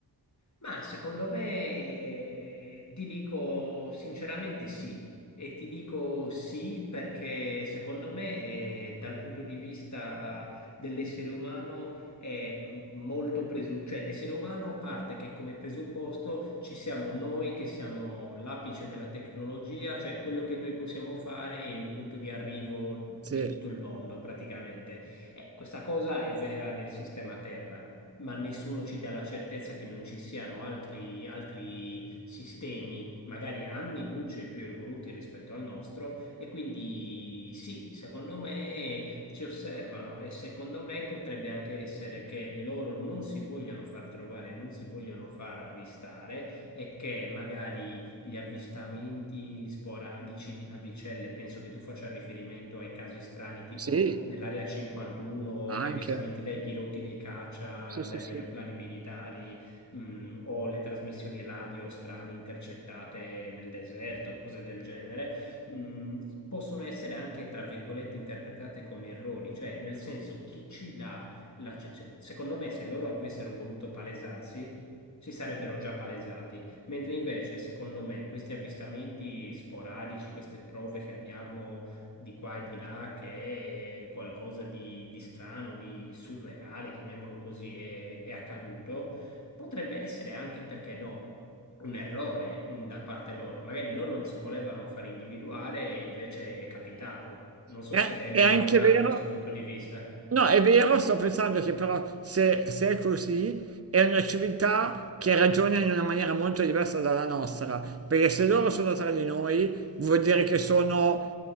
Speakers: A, on the left; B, on the right.
A: Ma secondo me, eh, ti dico sinceramente sì. E ti dico sì perché secondo me, eh, dal punto di vista dell'essere umano, è m- molto presunto. Cioè, l'essere umano parte che come presupposto ci siamo noi che siamo l'apice della tecnologia, cioè quello che noi possiamo fare è il punto di arrivo di
B: Sì,
A: tutto il mondo praticamente. Eh, questa cosa è vera nel sistema Terra ma nessuno ci dà la certezza che non ci siano altri, altri sistemi, magari anni luce più evoluti rispetto al nostro, e quindi sì, secondo me ci osservano e secondo me potrebbe anche essere che loro non si vogliono far trovare, non si vogliono far avvistare e che magari gli avvistamenti sporadici di navicelle, penso che tu faccia riferimento ai casi strani tipo
B: sì,
A: nell'area 51,
B: anche.
A: gli avvistamenti dai piloti dei caccia,
B: Sì,
A: dagli
B: sì, sì.
A: aeroplani militari, mh, o le trasmissioni radio strane intercettate nel deserto, cose del genere, mh, possono essere anche, tra virgolette, interpretate come errori, cioè nel senso chi ci dà la... cioè- cioè, secondo me se loro avessero voluto palesarsi, si sarebbero già palesati. Mentre invece, secondo me, questi avvistamenti sporadici, queste prove che abbiamo di qua e di là che è qualcosa di, di strano, di surreale, chiamiamolo così, è, è accaduto, potrebbe essere anche, perché no, un errore mh, da parte loro. Magari loro non si volevano far individuare e invece è capitato. Non so
B: È,
A: se hai
B: è
A: mai
B: anche
A: valutato
B: vero?
A: questo punto di vista.
B: No, è vero, sto pensando che però se, se è così, è una civiltà che ragiona in una maniera molto diversa dalla nostra, perché se loro sono tra di noi, vuol dire che sono